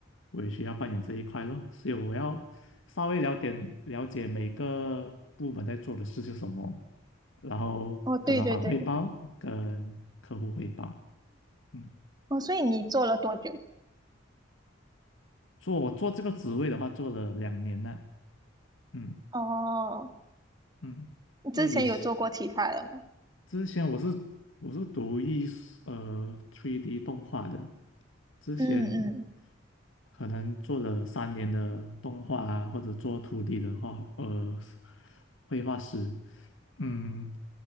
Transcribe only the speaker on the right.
哦，对对对，
哦，所以你做了多久？
哦，
你之前有做过其他的吗？
嗯嗯。